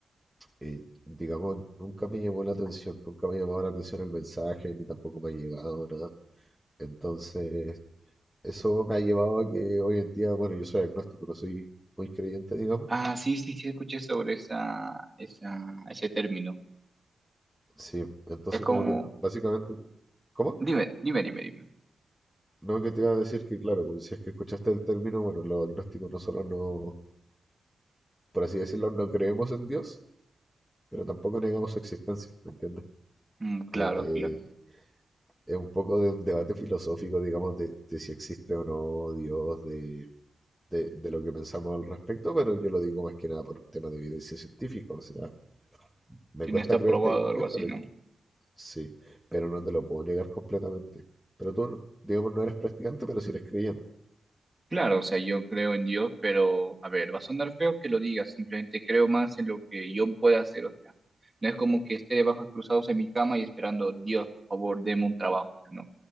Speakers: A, in the centre; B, on the right (about 15°).
A: eh, digamos, nunca me llamó la atención, nunca me llamaba la atención el mensaje, ni tampoco me ha llegado nada. Entonces, eso me ha llevado a que hoy en día, bueno, yo soy agnóstico, no soy muy creyente, digamos.
B: Ah, sí, sí, sí, escuché sobre esa, esa, ese término.
A: Sí, entonces
B: Es como,
A: como que básicamente, como- ¿cómo?
B: dime, dime, dime, dime.
A: No, que te iba a decir que claro, si es que escuchaste el término, bueno, los agnósticos nosotros no, por así decirlo, no creemos en Dios, pero tampoco negamos su existencia, ¿me entiendes?
B: Mm,
A: Como
B: claro,
A: que
B: claro.
A: es un poco de un debate filosófico, digamos, de, de si existe o no Dios, de, de- de lo que pensamos al respecto, pero yo lo digo más que nada por un tema de evidencia científica, o sea, me
B: tiene
A: cuesta
B: está aprobado,
A: creer que hay un
B: o algo
A: Dios,
B: así,
A: pero
B: ¿no?
A: sí, pero no te lo puedo negar completamente. Pero tú, no- digamos, no eres practicante, pero sí eres creyente,
B: Claro, o sea, yo creo en Dios, pero a ver, va a sonar feo que lo digas, simplemente creo más en lo que yo pueda hacer, o sea, no es como que esté de brazos cruzados en mi cama y esperando, Dios, por favor, deme un trabajo, o sea, no,